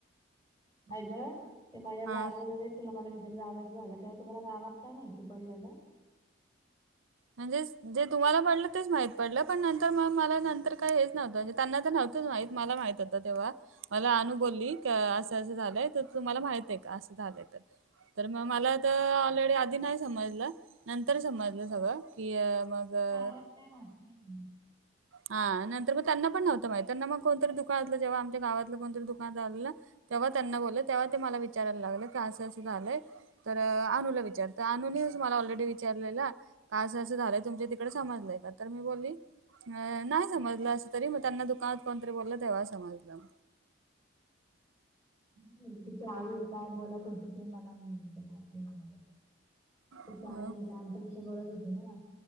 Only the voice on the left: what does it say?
अग ते माझ्या
जागेत तुला मला विजेर जावचं झाला तेव तुम्हाला गावात काय माहिती पडलं ग
गावात नाही राहत
म्हणजे तिची आई काय बोलत होती ते मला माहिती नाय मला. तिची
आई म्हणजे आमच्या विषयी बोलत होती ना